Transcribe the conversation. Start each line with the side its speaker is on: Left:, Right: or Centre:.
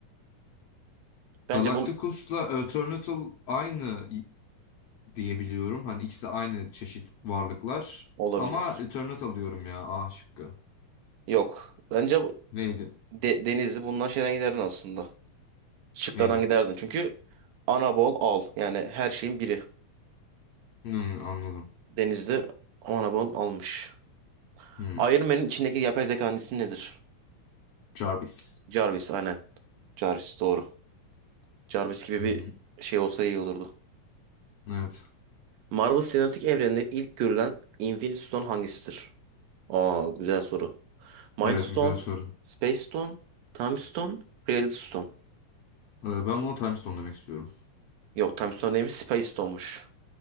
Right: Bence
Left: Galacticus'la
Right: bu
Left: Eternatus aynı i- diyebiliyorum. Hani ikisi de aynı çeşit varlıklar.
Right: olabilir.
Left: Ama Eternatus alıyorum ya. A şıkkı.
Right: Yok. Bence bu-
Left: Neydi?
Right: De- Denizli bundan şeyden giderdin aslında. Şıklardan
Left: Neydi?
Right: giderdin. Çünkü Anabol al. Yani her şeyin biri.
Left: Hmm, anladım.
Right: Denizli Anabol almış.
Left: Hmm.
Right: Iron Man'in içindeki yapay zekanın ismi nedir?
Left: Jarvis.
Right: Jarvis aynen. Jarvis doğru. Jarvis gibi
Left: Hı
Right: bir
Left: hı.
Right: şey olsa iyi olurdu.
Left: Evet.
Right: Marvel Sinematik Evreni'nde ilk görülen Infinity Stone hangisidir? Aa güzel soru. Mind
Left: Evet
Right: Stone,
Left: güzel soru.
Right: Space Stone, Time Stone, Reality Stone.
Left: Ee, ben buna Time Stone demek istiyorum.
Right: Yok Time Stone değilmiş Space Stone'muş.